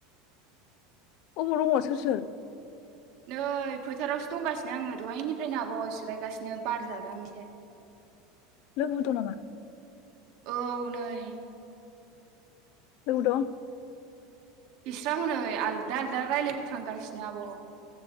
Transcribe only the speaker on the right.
नै फोथारावसो दंगासिनो आंङो दहायनिफ्रायनो आब जिरायगासिनो बार जादों आं एसे।
औ नै ।
बिस्रां हनै आलदा आलदा रायलायफ्लांगासि नो आब।